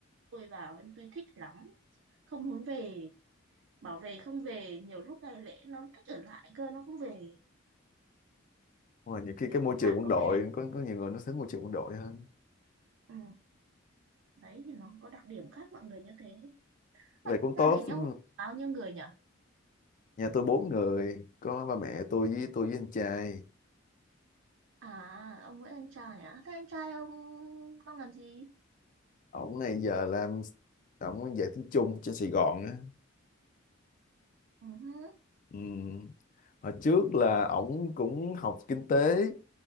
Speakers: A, on the right; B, on the left.
A: tôi vào em tôi thích lắm không muốn về bảo về không về nhiều lúc ngày lễ nó thích ở lại cơ nó không về
B: Ngoài nhiều khi
A: kiểu
B: cái môi
A: có bạn
B: trường quân
A: có
B: đội
A: bè
B: có có nhiều người nó thích môi trường quân đội hơn
A: ừ. đấy thì nó có đặc điểm khác mọi người như thế
B: vậy
A: Ơ,
B: cũng tốt
A: gia đình
B: ừ.
A: ông bao nhiêu người nhỉ
B: nhà tôi bốn người có ba mẹ tôi với tôi với anh trai
A: à ông với anh trai à thế anh trai ông đang làm gì
B: ổng này giờ làm ổng dạy tiếng Trung trên Sài Gòn á
A: ừ. hứ.
B: Ừ. Hồi trước là ổng cũng học kinh tế,